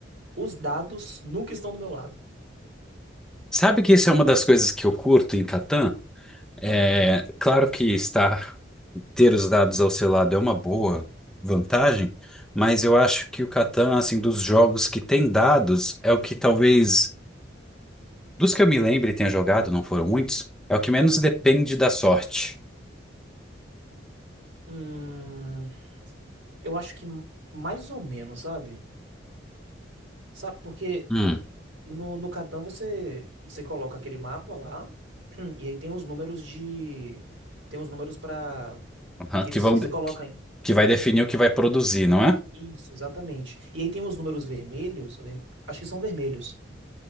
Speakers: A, on the right (about 90°); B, in the centre.
A: Os dados nunca estão do meu lado.
B: Sabe que isso é uma das coisas que eu curto em Catan? É, claro que estar, ter os dados ao seu lado é uma boa vantagem, mas eu acho que o Catan, assim, dos jogos que tem dados, é o que talvez. Dos que eu me lembre e tenha jogado, não foram muitos, é o que menos depende da sorte.
A: Hum, eu acho que m- mais ou menos, sabe? Sabe, porque
B: Hum.
A: no, no Catan você, você coloca aquele mapa lá, <clears throat> e aí tem os números de. Tem os números pra.
B: Aham,
A: que
B: que
A: eles
B: vão,
A: que você coloca, hein?
B: que vai definir o que vai produzir, não é?
A: Isso, exatamente. E aí tem os números vermelhos, ver- acho que são vermelhos.